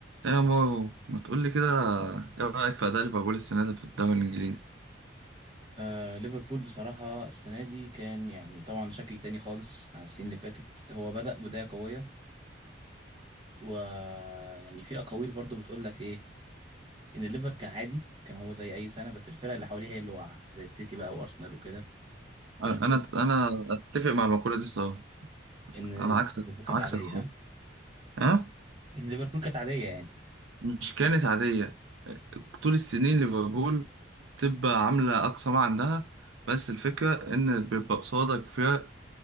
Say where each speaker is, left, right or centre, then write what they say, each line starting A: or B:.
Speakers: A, on the right; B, on the right.
A: ايه يا مارو ما تقول لي كده ايه رايك في اداء ليفربول السنه دي في الدوري الانجليزي
B: آه ليفربول بصراحة السنة دي كان يعني طبعا شكل تاني خالص عن السنين اللي فاتت هو بدأ بداية قوية ويعني في أقاويل برضو بتقول لك إيه إن الليفر كان عادي كان هو زي أي سنة بس الفرق اللي حواليه هي اللي واقعة زي السيتي بقى وأرسنال وكده فعشان
A: انا
B: كده
A: انا أنا اتفق مع المقوله دي صراحه
B: إن
A: انا
B: ليفربول
A: عكسك
B: كانت
A: عكسك
B: عادية
A: خالص
B: ها؟
A: ها
B: إن ليفربول كانت عادية يعني
A: مش كانت عاديه طول السنين ليفربول بتبقى عامله اقصى ما عندها بس الفكره ان بيبقى قصادك فرق